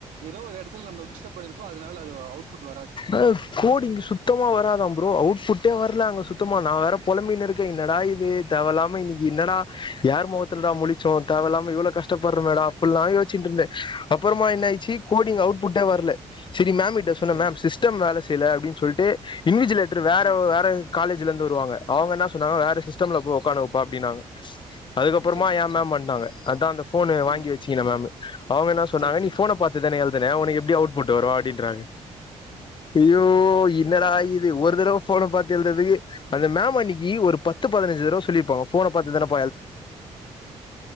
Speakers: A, on the right; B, on the left.
A: ஏதோ ஒரு இடத்துல நம்ம மிஷ பண்ணிருப்போம் அதனால அது அவுட்புட் வராது
B: ஆஹ கோடி இங்க சுத்தமா வராதா ப்ரோ அவுட்புட்டே வரல அங்க சுத்த மா நான் வேற புலம்பையன்ன இருக்க என்னடா இது தேவலாம இன்னைக்கு என்னடா யார் முகத்துலடா முடிச்சோம் தேவலாம எவ்வளோ கஷ்டப்படுற மேட அப்ப வச்சிட்டுந்தேன் அப்புறமா என்ன கோடிங் அவுட்புட வரல சரி மேம் மேம்
A: சரி
B: சிஸ்டம் வேலலை ச சில அப்படின்னு சொல்லிட்டு இன்விஜிலேட்டர் வேறு
A: ஆமா
B: வேறு காலேஜலருந்து வருவாங்க அவங்க என்ன சொன்னாங்க வேறு சிஸ்டமில் போ் உட்காு வைப்பா அப்படனாங்க அதுக்கப்புறமா
A: சரி
B: ஏன் மேம் பண்ணிட்டாங்க அதுதான் அந்த ஃபோனு வாங்கி
A: ம்
B: வச்சங்கே மேமு அவங்க என்ன சொன்னாங்க
A: சரி சரி
B: நீ ஃபோனை பார்த்து தானே எழுதுனன் உனக்கு எப்படி அவுட்ப புட் வரும் அப்படின்றாங்க இயோ இன்னட து ஒரு தடவை போனை எழு அம் அன்னைக்கு ஒரு பத்து பதின்சு தடவை சொிருாான்